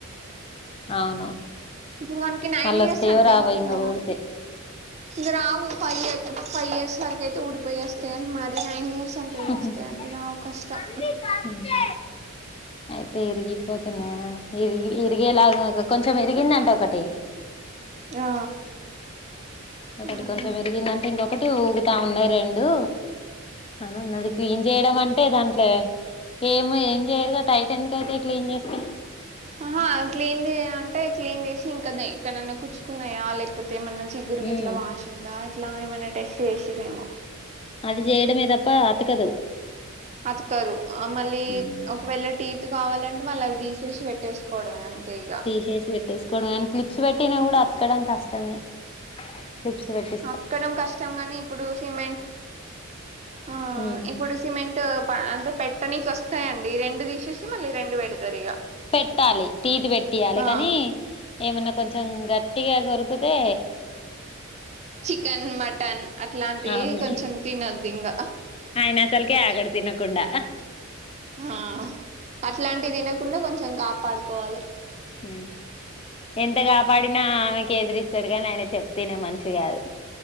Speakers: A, on the left; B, on the right.
A: అవును
B: ఇప్పుడు వానికి నైన్
A: మళ్ళ
B: ఇయర్స్
A: వస్తాయో
B: అండి
A: రావో ఇంగ
B: ఆహ
A: ఊడితే
B: ఇంగ రావు ఫై ఇయ్యర్ ఫైవ్ ఇయర్స్ వరకైతే ఊడిపోయ్యెస్తయని మరి నైన్ ఇయర్స్ అంటే ఏమొస్తాయండి
A: ఉహు హు హూ
B: రావు కష్టం
A: ఐతే ఇరిగిపో తున్నాయా అన్య ఇరిగి ఇరిగేలాగా కొంచెం ఇరిగిందంట ఒకటి
B: ఆ
A: ఒగటి
B: ఆహా
A: కొంచెం ఎరిగిందంటే ఇంగొకటి ఊగుతా ఉన్నాయచ రెండు అన్నది క్లీన్ జేయడం అంటే దాంట్లో ఏమి ఏం జెయ్యరు గా టైటెందుకైతాయ్ క్లీన్ జేస్తెను
B: ఆహ క్లీన్ జెయ్యంమంటే క్లీన్ జేసి ఇంకా దై ఎక్కనన్న కచ్చుకున్నాయా లేక్ పోతే ఏమన్నా చిగురు గిట్లా
A: ఉమ్
B: వాషిందా ఇట్లా ఏమైన్నా టెస్టు జేసిర్రేమో
A: అది జేయడమే దప్పా అతకదు
B: అతుక్రోరు ఆ మళ్ళీ
A: ఉమ్
B: ఒకవేళ టీత్ కావాలంటే మళ్ళీ అవి దీషేసి వెట్టేస్కోవడమే అంతే ఇగ
A: తీషేసి వెట్టేస్కోవడమె అనీ క్లిప్స్ వెట్టినా గూడా అతకడం కష్టమే క్లిప్స్ వెట్టి
B: అత్కడం కష్టం గానీ ఇప్పుడు సిమెం ఆ
A: ఉమ్
B: ఇప్పుడు సిమెంటు ప ఆంటే పెట్టనీకి వస్తయండి రెండు దీషేసి మళ్ళీ రెండు వెడుతారు ఇగ
A: పెట్టాలి టీతు వెట్టియాలె
B: ఆ
A: కానీ ఏమన్నా కొంచెం గ ట్టిగా గొరుకుతే
B: చికెన్ మటన్ అట్లాంటివి
A: అవును
B: కొంచెం తినొద్దింగ
A: ఆయన అస్సల్కే ఆగడు తినకుండా
B: ఆ అట్లాంటివి తినకుండా కొంచెం కాపాడుకోవాలె
A: ఊ ఎంత గాపాడినా నాకే ఎదురిస్తాడుగాని ఆయన చెప్తే ఇనే మన్షి గాదు